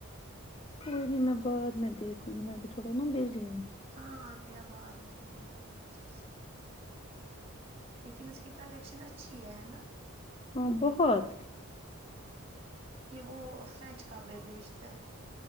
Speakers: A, on the left (about 25°); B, on the right (about 25°).
A: کوئی نہیں میں بعد میں دیکھوں گی میں ابھی تھوڑا نا بزی ہوں
B: ہاں ا بیا بعد میں دیکھناا اچھے سے لیکن اس کی کلیکشن اچھی ہے ہے نا
A: ہاں بہت
B: یہ وہ فرینچ کپڑے بھیجتا ہے